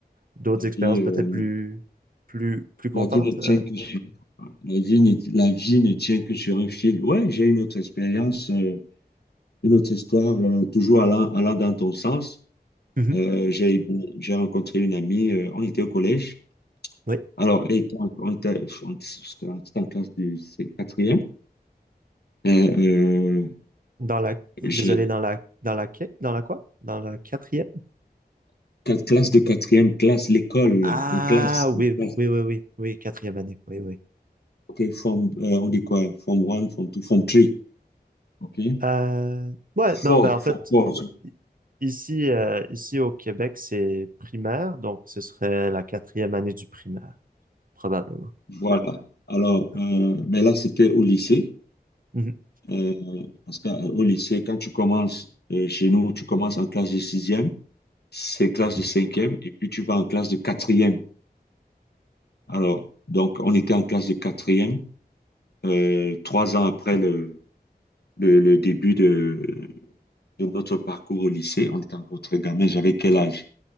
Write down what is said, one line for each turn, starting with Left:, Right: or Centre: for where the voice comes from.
Right: d'autres
Left: La
Right: expériences
Left: vie, euh,
Right: peut-être plus plus plus contentes?
Left: La vie ne tient
Right: euh?
Left: que sur, la vie ne, la vie ne tient que sur un fil. Ouais, j'ai une autre expérience, euh, une autre histoire, euh, toujours allant, allant dans ton sens.
Right: Mhm.
Left: Euh, j'ai, j'ai rencontré une amie, euh, on était au collège.
Right: Oui.
Left: Alors, elle était en- on était, on était on était en classe de c'est quatrième. Euh, euh,
Right: Dans la, désolé,
Left: j'ai
Right: dans la, dans la, que- dans la quoi? Dans la quatrième?
Left: quatre classes de quatrième classe, l'école,
Right: Ah
Left: en classe,
Right: oui,
Left: en classe.
Right: oui, oui, oui, oui, quatrième année, oui, oui.
Left: OK, form, euh, on dit quoi? Form one, form two, form three. OK?
Right: Euh, ouais, non,
Left: four,
Right: ben en
Left: fort,
Right: fait,
Left: four.
Right: i- ici, euh, ici au Québec, c'est primaire, donc ce serait la quatrième année du primaire, probablement.
Left: Voilà. Alors,
Right: Ouais,
Left: euh, mais là, c'était au lycée.
Right: Mhm,
Left: euh, parce qu'au lycée, quand tu commences, euh, chez nous, tu commences en classe de sixième, c'est classe
Right: ouais.
Left: de cinquième, et puis tu vas en classe de quatrième. Alors, donc, on était en classe de quatrième, euh, trois ans après le, le, le début de, de notre parcours au lycée. On était encore très gamin. J'avais quel âge?